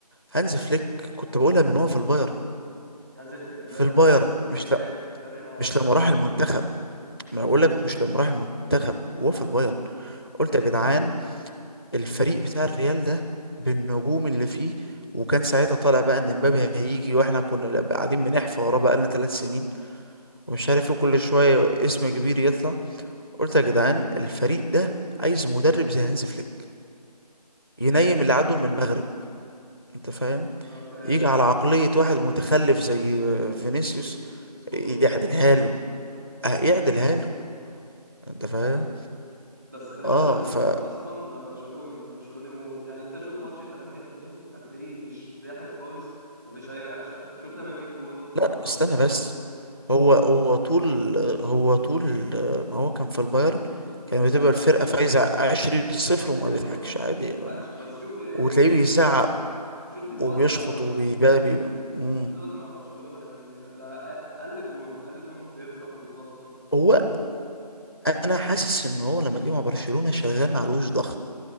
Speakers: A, on the left; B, on the right.
A: هانز فليك كنت بقولها من هو في البايرن
B: هانز فليك ده
A: في البايرن مش
B: فاجر
A: لا
B: مدرب عالمي
A: مش لما
B: فشخ
A: راح المنتخب ما انا بقول لك مش لما راح المنتخب وهو في
B: اه
A: البايرن قلت
B: اه
A: يا جدعان الفريق بتاع الريال ده بالنجوم اللي فيه وكان ساعتها طالع بقى ان امبابي هيجي واحنا كنا لا- قاعدين بنحفى وراه بقالنا ثلاث سنين ومش عارف ايه كل شويه اسم كبير يطلع قلت يا جدعان الفريق ده عايز مدرب زي هانز فليك
B: ايوه
A: ينيم اللي عدوا من المغرب انت فاهم
B: اه فاهم
A: يجي على عقلية واحد متخلف زي فينيسيوس
B: اسم اظبطها
A: يعدلها له
B: اه
A: اه يعدلها له انت
B: ده
A: فاهم
B: حقيقة بس خلي
A: اه
B: بالك هانز
A: فلا
B: فليك اصلا برشلوني برشلوني موت يعني انت شوف ماتش 8 2 هتلاقيه مش ضاحك خالص مفيش اي رياكشن شوف لما يجيب جون مثلا مع
A: استنى
B: برشلونة او
A: بس
B: حاجه
A: هو هو طول هو طول ما هو كان في البايرن كان
B: ما بيضحكش
A: بتبقى الفرقة فايزة عشرين صفر وما
B: ايوه
A: بيضحكش
B: آه،
A: عادي
B: مش بيضحكش
A: بقى.
B: بس شوف آه،
A: وتلاقيه بيزعق
B: شوف دلوقتي
A: وبيشخط
B: بقى
A: وبيبقى بي... مم.
B: شوف دلوقتي مع برشلونة يعني ده اقل جون اقل جون بيفرح وبيتنطط
A: هو انا حاسس ان هو لما جه مع برشلونة شغال معلوش ضغط